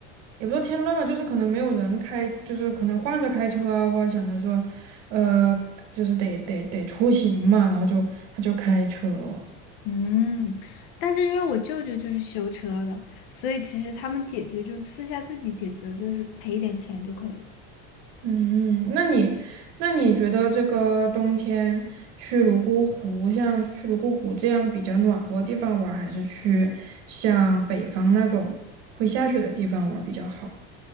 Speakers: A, on the right (about 55°); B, on the left (about 75°).
A: 也不是添乱嘛，就是可能没有人开，就是可能换着开车啊，或者想着说，呃，就是得得得出行嘛，然后就他就开车。
B: 嗯，但是因为我舅舅就是修车的，所以其实他们解决就私下自己解决，就是赔一点钱就可以了。
A: 嗯，那你那你觉得这个冬天去泸沽湖，像去泸沽湖这样比较暖和的地方玩儿还是去像北方那种会下雪的地方玩儿比较好？